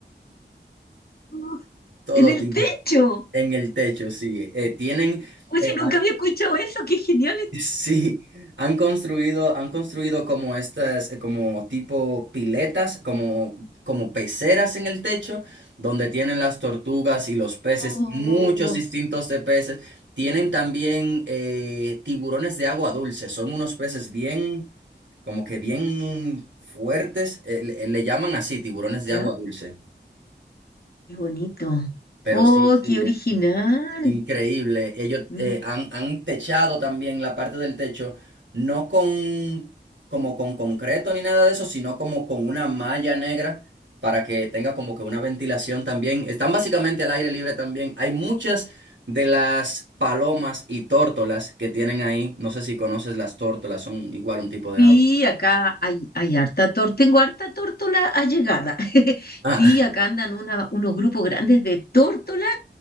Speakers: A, on the left; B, on the right.
A: ¡Uf!
B: todo
A: ¡En el
B: tipo.
A: techo!
B: En el techo, sí. Eh, tienen,
A: Oye,
B: eh,
A: nunca
B: han-
A: había escuchado eso, qué genial.
B: <laughs> sí, han construido, han construido como estas, eh, como tipo piletas, como, como peceras en el techo, donde tienen las tortugas y los peces,
A: Oh,
B: muchos distintos de peces. Tienen también eh, tiburones de agua dulce, son unos peces bien, como que bien fuertes, eh, le le llaman así, tiburones de
A: ya,
B: agua dulce.
A: qué bonito.
B: Pero
A: Oh,
B: sí, sí,
A: qué original.
B: Increíble. Ellos
A: Mira.
B: eh, han, han techado también la parte del techo, no con como con concreto ni nada de eso, sino como con una malla negra para que tenga como que una ventilación también. Están básicamente al aire libre también. Hay muchas de las palomas y tórtolas que tienen ahí. No sé si conoces las tórtolas, son igual un tipo de
A: Sí,
B: ave.
A: acá hay, hay harta torta. Tengo harta tórtola allegada. <laughs>
B: Ah,
A: Sí, acá andan una- unos grupos grandes de tórtolas.